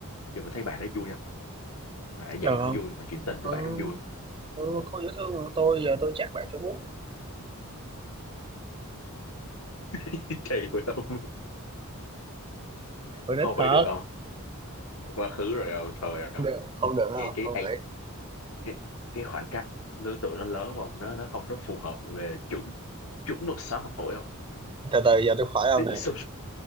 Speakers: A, on the left (about 75°); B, on the right (about 20°).
A: chứ mình thấy bà đó vui không bà ấy dạy
B: được
A: cũng
B: không
A: vui mà chuyện tình
B: ừ,
A: của bà cũng vui
B: ừ cô dễ thương mà tôi giờ tôi chắc lại tôi muốn
A: <laughs> kỳ vậy không
B: tôi
A: không
B: nít thật
A: vậy được không quá khứ rồi không thời không
B: được không được không
A: nghe cái
B: không
A: age-
B: nghĩ
A: cái, cái khoảng cách lứa tuổi nó lớn không nó nó không có phù hợp về chuẩn chuẩn mực xã hội không
B: từ từ giờ tôi khỏi ông
A: cái
B: nè
A: cái số